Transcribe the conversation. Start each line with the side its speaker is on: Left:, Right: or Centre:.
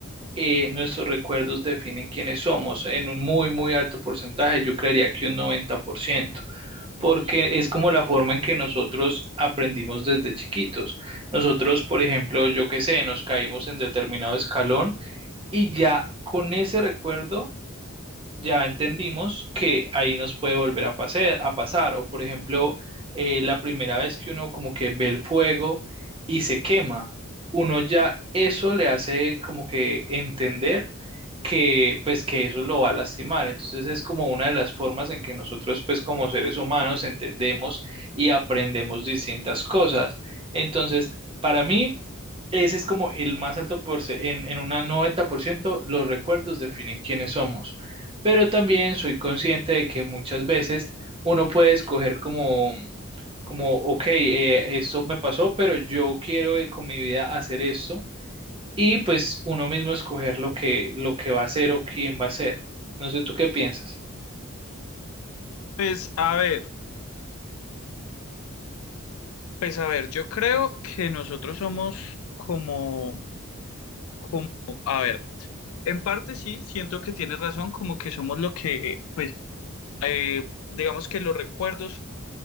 Right: eh, nuestros recuerdos definen quiénes somos. En un muy, muy alto porcentaje, yo creería que un 90%, porque es como la forma en que nosotros aprendimos desde chiquitos. Nosotros, por ejemplo, yo qué sé, nos caímos en determinado escalón y ya con ese recuerdo ya entendimos que ahí nos puede volver a, pase- a pasar. O por ejemplo, eh, la primera vez que uno como que ve el fuego y se quema, uno ya eso le hace como que entender que pues que eso lo va a lastimar. Entonces es como una de las formas en que nosotros pues como seres humanos entendemos y aprendemos distintas cosas. Entonces, para mí... Ese es como el más alto porcentaje, en, en un 90% los recuerdos definen quiénes somos, pero también soy consciente de que muchas veces uno puede escoger como, como, ok, eh, esto me pasó, pero yo quiero eh, con mi vida hacer esto y pues uno mismo escoger lo que, lo que va a hacer o quién va a ser. No sé tú qué piensas.
Left: Pues a ver, pues a ver, yo creo que nosotros somos como Como, a ver, en parte sí, siento que tienes razón, como que somos lo que, pues, eh, digamos que los recuerdos